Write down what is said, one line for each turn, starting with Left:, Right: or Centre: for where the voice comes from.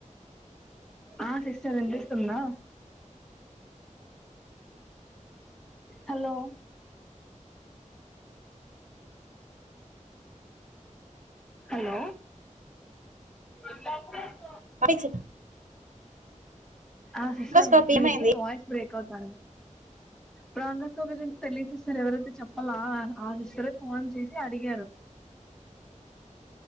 Centre: ఆ సిస్టర్ విన్పిస్తుందా హలో హలో ఇ
Right: పనిచ్
Centre: ఆ సిస్టర్ మి
Right: కాపీ
Centre: మీది
Right: ఏమైంది
Centre: వాయిస్ బ్రేక్ అవుతాంది ప్రంగ గోపి గురించి తెలియదు సిస్టర్ ఎవరైతే చెప్పాలా ఆ సిస్టర ఫోన్ చేసి అడిగారు
Right: అ